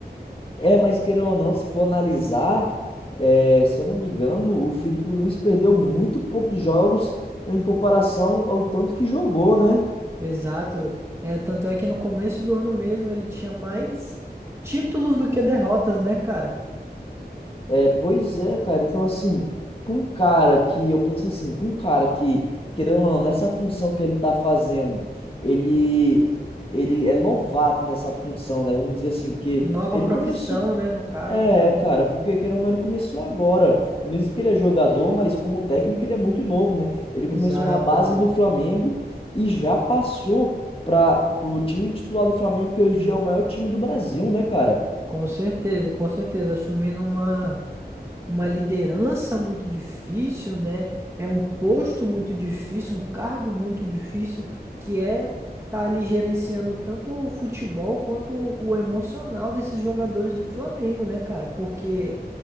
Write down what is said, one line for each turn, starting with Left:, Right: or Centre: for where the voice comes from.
Left: É, mas queira ou não, se for analisar, é, se eu não me engano, o Felipe Luiz perdeu muito poucos jogos em comparação ao tanto que jogou, né?
Right: Exato. É, tanto é que no começo do ano mesmo ele tinha mais títulos do que derrotas, né, cara?
Left: É, pois é, cara. Então, assim, pra um cara que, eu penso assim, pra um cara que, querendo ou não, nessa função que ele tá fazendo, ele, ele é novato nessa função, né? Vamos dizer assim, porque
Right: Nova
Left: ele
Right: profissão,
Left: começou.
Right: né? No caso,
Left: É,
Right: cara.
Left: cara, porque querendo ou não, ele começou agora. Mesmo que ele é jogador, mas como técnico ele é muito novo, né? Ele
Right: Exato,
Left: começou na base
Right: exato.
Left: do Flamengo e já passou para pro time titular do Flamengo, que hoje em dia é o maior time do Brasil, né, cara?
Right: Com certeza, com certeza. Assumindo uma, uma liderança muito difícil, né? É um posto muito difícil, um cargo muito difícil, que é tá ali gerenciando tanto o futebol quanto o o emocional desses jogadores do Flamengo, né, cara? Porque.